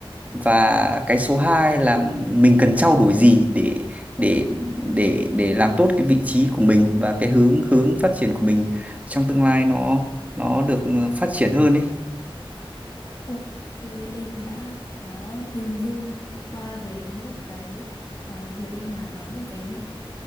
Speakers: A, on the right; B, on the left.
A: và cái số 2 là mình cần trao đổi gì để để để để làm tốt cái vị trí của mình và cái hướng hướng phát triển của mình trong tương lai nó nó được phát triển hơn ấy
B: Ok, em đã có hình dung qua về những cái ờ, việc em làm và những cái